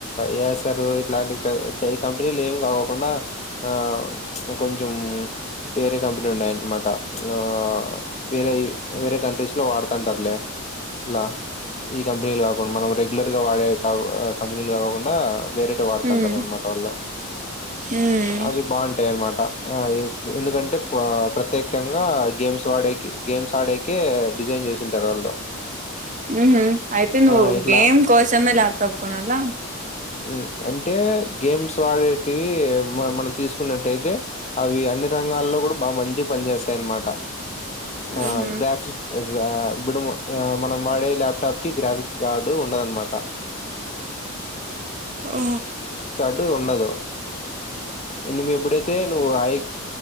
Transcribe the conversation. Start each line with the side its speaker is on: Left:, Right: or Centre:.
Left: ఏ ఎస్ఆర్ ఇట్లాంటి పే కం రిల్ ఎం కాకోకుండా ఆ కొంచెం వేరే కంపెనీ ఉన్నాయినమాట ఆ వేరే వేరే కంట్రీస్ లో వాడుతాంటారులే ఇలా ఈ కంపెనీలు కాకుండా మనం రెగ్యులర్ గా వాడే క-కంపెనీలు కాకోకుండా వేరేటివి వాడుతుంటారు
Right: ఉమ్
Left: అనమాట వాళ్ళు
Right: ఉమ్
Left: అవి బాగుంటాయి అనమాట ఆ ఈ ఎందుకంటే ప్రత్యేకంగా గేమ్స్ ఆడేకి గేమ్స్ ఆడేకె డిజైన్ చేసింటారు వాళ్ళు
Right: ఉ హు అయితే నువ్వు
Left: ఆ ఇట్లా
Right: గేమ్ కోసంమే లాప్టాప్ కోనలా
Left: ఉ అంటే గేమ్స్ వాడేటివి మ-మనం తీసుకున్నట్టయితే అవి అన్ని రంగాల్లో కూడా బా మంచి పని చేస్తాయనమాట ఆ
Right: ఉహు
Left: గ్రాఫిస్ ఆ బిడుము ఆ మనం వాడే లాప్టాప్ కి గ్రాఫిక్స్ కార్డు ఉండదనమాట
Right: ఆ
Left: డు ఉండదు నువ్వు ఎప్పుడైతే నువ్వు హై